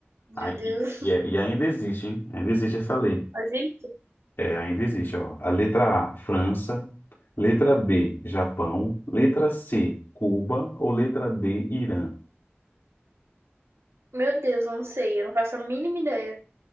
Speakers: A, on the right (about 80°); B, on the left (about 65°).
A: Meu
B: Ah, E,
A: Deus.
B: e é- e ainda existe, hein? Ainda existe essa lei.
A: Mas isso?
B: É, ainda existe, ó. A letra A, França. Letra B, Japão. Letra C, Cuba. Ou letra D, Irã?
A: Meu Deus, eu não sei. Eu não faço a mínima ideia.